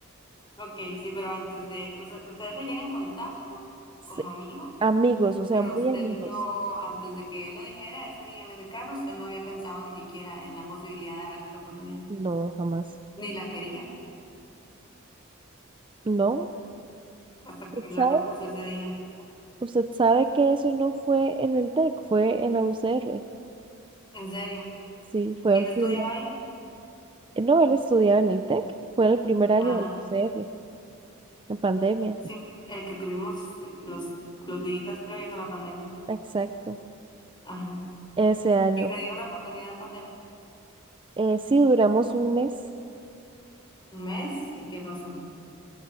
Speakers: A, on the left (about 20°); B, on the right (about 25°).
A: Ok, sí, pero antes de, usted- ustedes se llegan en contacto
B: Sí,
A: como amigos,
B: Amigos, o sea,
A: pero
B: muy
A: usted
B: amigos.
A: no, antes de que él lo dijera ese día en ese carro, usted no había pensado ni siquiera en la posibilidad de darse otra oportunidad,
B: No, jamás.
A: ni la quería,
B: No.
A: hasta que
B: ¿Usted
A: él
B: sabe?
A: la propuso ese día.
B: ¿Usted sabe que eso no fue en el TEC, fue en la UCR?
A: En serio.
B: Sí, fue
A: ¿Y
B: el
A: él estudiaba
B: primer...
A: ahí?
B: No, él estudiaba en el TEC, fue en el primer año
A: Ah,
B: de la UCR, en pandemia.
A: sí, el que tuvimos los, los días previos a la pandemia.
B: Exacto.
A: Ajá.
B: ese año.
A: Y se dieron la oportunidad en pandemia.
B: Eh, sí, duramos un mes.
A: Un mes y qué pasó.